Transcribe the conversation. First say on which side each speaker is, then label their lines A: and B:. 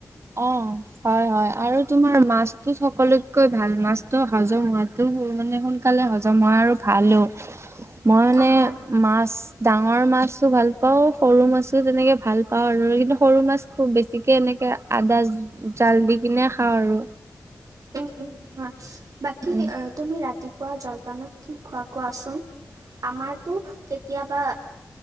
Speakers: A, on the right (about 50°); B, on the right (about 80°).
A: অ, হয়, হয় আৰু তোমাৰ মাছতো সকলোতকৈ ভাল মাছ। তটো হজম হোৱাটো মানে সোনকালে হজম হয়, আৰু ভালো মই মানে
B: হয়
A: মাছ ডাঙৰ মাছো ভাল পাও, সৰু মাছো তেনেকে ভালা। আৰু কিন্তু সৰু মাছ খুব বেছিকে এনেকে আদা জাল দি কিনে,। খাওঁ আৰু
B: উম, উম হয় বাকি।
A: উম
B: তুমি ৰাতিপুৱা জলপানত কি খোৱা কোৱাচোন? আমাৰতো কেতিয়াবা,।